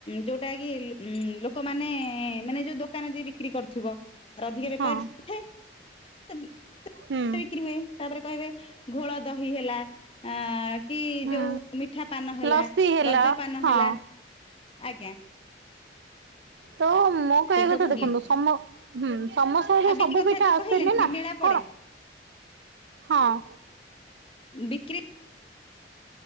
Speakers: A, on the left; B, on the right.
A: ଯୋଉଟା କି ଉଁ ଲୋକମାନେ ମାନେ ଯୋଉ ଦୋକାନରେ ଯେ ବିକ୍ରି କରୁଥିବ ଅଧିକ ବେପାରଥାଏ।
B: ହଁ
A: <inaudible>
B: ହୁଁ
A: ବିକ୍ରି ହୁଏ ତାପରେ କହିବେ ଘୋଳ ଦହି ହେଲା ଆ କି
B: ହୁଁ
A: ଯୋଉ ମିଠା ପାନ ହେଲା
B: ଲସି ହେଲା
A: ରଜ
B: ହଁ
A: ହେଲା ଆଜ୍ଞା।
B: ତ ମୋ କହିବା
A: ସେ ସବୁ
B: କଥା ଦେଖନ୍ତୁ
A: ଦିଅ
B: ସମ୍ଭବ ହୁଁ ସମସ୍ତଙ୍କୁ
A: ଆଉ
B: ତ ସବୁ
A: ବିକ୍ରି କଥା
B: ପିଠା
A: ଯୋଉ
B: ଆସେନି
A: କହିଲେନି
B: ନା
A: ମେଳା ପଡେ
B: କଣ ହଁ।
A: ବିକ୍ରି